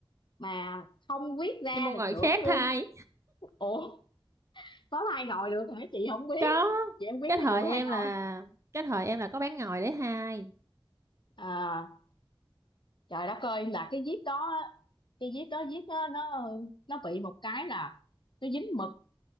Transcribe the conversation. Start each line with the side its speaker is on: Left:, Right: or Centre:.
Left: mà không viết ra
Right: đi mua
Left: được
Right: ngồi
Left: nữa
Right: khác
Left: luôn
Right: thay
Left: á. ủa có thay ngồi được hả chị không biết
Right: có
Left: chị không biết
Right: cái
Left: cái
Right: thời
Left: vụ
Right: em
Left: thay ngồi
Right: là cái thời em là có bán ngồi để hai
Left: à trời đất ơi là cái viết đó á, cái viết đó viết đó, nó nó bị một cái là nó dính mực